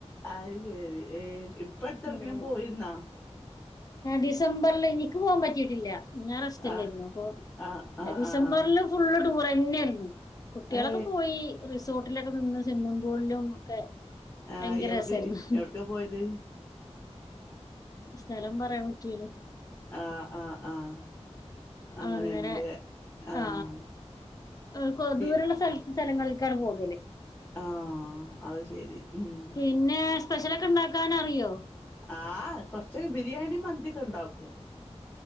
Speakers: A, on the left; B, on the left.
A: അത് ശരി ഏ ഇപ്പ അടുത്തെടക്കിനും
B: ഇങ്ങനെ.
A: പോയിരുന്നാ?
B: ഡിസംബറിൽ എനിക്ക് പോവാൻ പറ്റിയിട്ടില്ല ഞാ റസ്റ്റ്ല്ലായിരുനോ
A: ആ
B: അപ്പൊ
A: ആ ആ
B: ഡിസംബറില്
A: ആ ആ
B: ഫുള്ള് ടൂർ ന്നെയായിരുന്നു കുട്ടികളൊക്കെ
A: ഏ
B: പോയി റിസോർട്ടിലൊക്കെ നിന്ന് <unintelligible> പുല്ലും ഒക്കെ
A: ആ
B: ഭയങ്കര
A: എവിടെ
B: രസമായിരുന്നു
A: എവിടെക്കാ പോയത്?
B: സ്ഥലം പറയാൻ പറ്റൂല്ല
A: ആഹ് ആഹ് ആഹ് അങ്ങനെണല്ലേ
B: അങ്ങനെ
A: ആഹ്
B: ആ ആ, കൊ-
A: പി
B: ദൂരെയുള്ള സ്ഥല സ്ഥലങ്ങളിലേക്കാണ് പോകല്
A: ആഹ് അത് ശരി ഉം
B: പിന്നെ സ്പെഷ്യലൊക്കെ ഉണ്ടാക്കാൻ അറിയോ?
A: ആ കൊറച്ചൊക്കെ ബിരിയാണി മന്തിക്ക ഉണ്ടാക്കും.